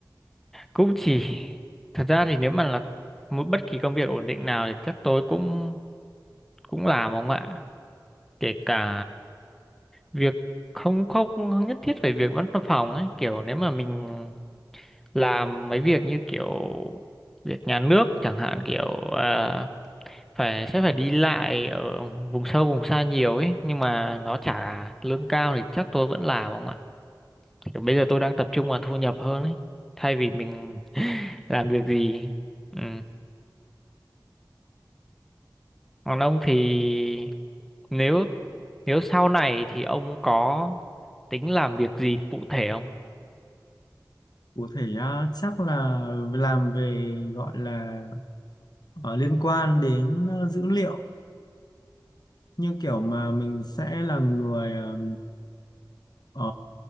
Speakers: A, in the centre; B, on the left (about 65°).
A: cũng chỉ thật ra thì nếu mà là một bất kỳ công việc ổn định nào thì chắc tôi cũng cũng làm ông ạ kể cả việc không không nhất thiết phải việc văn phòng ấy kiểu nếu mà mình làm mấy việc như kiểu việc nhà nước chẳng hạn kiểu à, phải sẽ phải đi lại ở vùng sâu vùng xa nhiều ấy nhưng mà nó trả lương cao thì chắc tôi vẫn làm không ạ kiểu bây giờ tôi đang tập trung vào thu nhập hơn ấy thay vì mình <laughs> làm việc gì ừ. còn ông thì nếu nếu sau này thì ông có tính làm việc gì cụ thể không
B: Có thể à, chắc là làm về gọi là ờ, liên quan đến ờ, dữ liệu như kiểu mà mình sẽ là người ờ, Ờ,